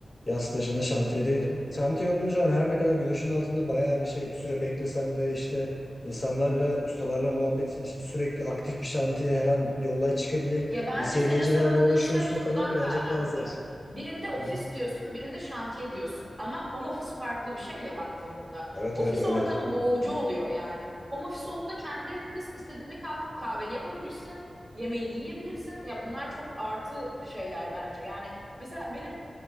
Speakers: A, on the left; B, on the right.
A: Yaz stajında şantiyedeydim. Şantiye olunca hani her ne kadar güneşin altında bayağı bir şey bir süre beklesen de işte İnsanlarla, ustalarla muhabbetin işte sürekli aktif bir şantiye her an bir olay çıkabilir.
B: Ya bence
A: İSGC'lerle
B: senin söylediğin
A: uğraşıyorsun
B: şey şundan
A: falan birazcık
B: kaynaklı.
A: daha zor.
B: Birinde ofis
A: Hı hı.
B: diyorsun, birinde şantiye diyorsun ama home office farklı bir şey ya baktığımızda.
A: Evet
B: Ofis
A: evet öyle
B: ortamı
A: öyle.
B: boğucu oluyor yani. Home office olduğunda kendi evindesin, istediğinde kalkıp kahveni yapabilirsin, yemeğini yiyebilirsin. Ya bunlar çok artı şeyler bence. Yani mesela benim